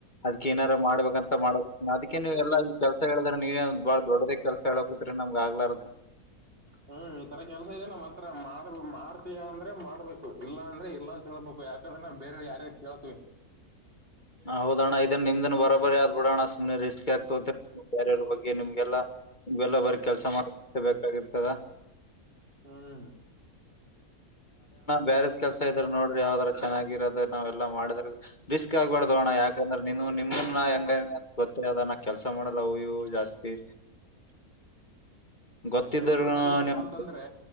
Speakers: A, on the left; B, on the right.
A: ಅದ್ ಏನಾರ ಮಾಡ್ಬೇಕಂತ ಮಾಡ ಅದಕ್ಕೆ ನೀವು ಎಲ್ಲ ಈ ಕೆಸ ಹೇಳಿದ್ರೆ ನೀವೇ ಬಾಳ ದೊಡ್ಡದೇ ಕೆಲಸ ಹೇಳಕತ್ರಿ ನಮ್ಗ್ ಆಗ್ಲಾರದು
B: ಹ್ಮ್ ಹ್ಮ್ ಈತರ ಕೆಲ್ಸ ಇದೆ ನಾವ್ ಹತ್ರ ಮಾಡ್ ಮಾಡ್ತಯ ಅಂದ್ರೆ ಮಾಡ್ಬೇಕು ಇಲ್ಲಾ ಅಂದ್ರೆ ಇಲ್ಲ ಅಂತ ಹೇಳ್ಬೇಕು ಯಾಕಂದ್ರ ನ ಬೇರೆ ಯಾರ್ಯಾರು ಕೇಳ್ತಿವಿ
A: ಹೌದಣ್ಣ ಇದನ್ ನಿಮ್ದನ್ ಬರಬರಿ ಯ್ದ ನೋಡೋಣ ಸುಮ್ಮನೆ ರಿಸ್ಕಿ ಆಗ್ತ ಬೇರೆಯವ್ರ ಬಗ್ಗೆ ನಿಮ್ಗೆಲ್ಲಾ ಇಗೆಲ್ಲ ಬರ ಕೆಲ್ಸ ಮಾಡ ಬಾಗಿರ್ತದ
B: ಹ್ಮ್
A: ಬೇರೆ ಕೆಲ್ಸ ಇದ್ರೆ ನೋಡ್ರಿ ಯಾವದರ ಚೆನ್ನಾಗಿರೋದು ನಾವ ಎಲ್ಲ ಮಾಡಿದ್ರ ರಿಸ್ಕ್ ಚ ಆಗ್ಬಾರ್ದೋಣ್ಣ ಯಾಕಂದ್ರೆ ನೀ ನಿಮ ಹೆಂಗ ಗೊತ್ತ ಅದ ಕೆಲಸ ಮಾಡಲ್ಲ ಅಯವು ಜಾಸ್ತಿ
B: ಹಾ
A: ಗೊತ್ತಿದ್ರು
B: ಕೆಲಸ ಮಾಡಿಲ್ಲ ಹಬ್ಬಾ
A: ನೀವು
B: ಅಂತಂದ್ರೆ